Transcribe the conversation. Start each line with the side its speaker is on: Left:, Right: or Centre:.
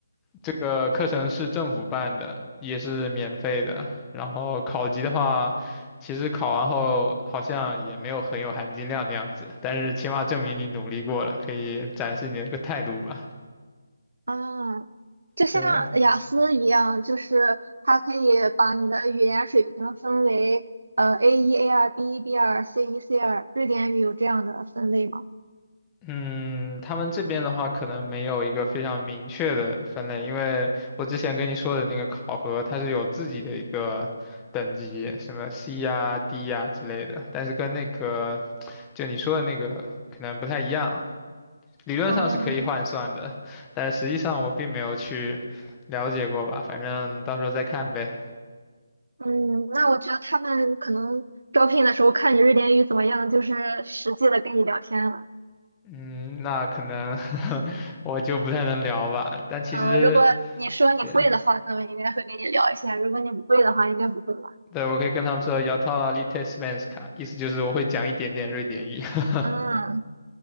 Left: 这个课程是政府办的，也是免费的。然后考级的话，其实考完后好像也没有很有含金量的样子，但是起码证明你努力过了，可以展示你的一个态度吧。
Right: 啊，就像雅思一样，
Left: 对，
Right: 就是它可以把你的语言水平分为呃 A 一、A 二、B 一、B 二、C 一、C 二。瑞典语有这样的分类吗？
Left: 嗯，他们这边的话可能没有一个非常明确的分类，因为我之前跟你说的那个考核，它是有自己的一个等级，什么 C 呀、D 呀之类的，但是跟那个就你说的那个可能不太一样。理论上是可以换算的，
Right: 啊，
Left: 但实际上我并没有去了解过吧，反正到时候再看呗。
Right: 嗯，那我觉得他们可能招聘的时候看你瑞典语怎么样，就是实际的跟你聊天了。
Left: 嗯，那可能 <laughs> 我就不太能聊吧，但其实
Right: 嗯，如果你说你会的话，
Left: 对
Right: 他们应该会跟你聊一下；如果你不会的话，应该不会吧？
Left: 对，我可以跟他们说 “jag talar lite svenska”，意思就是我会讲一点点瑞典语。<laughs>
Right: 嗯，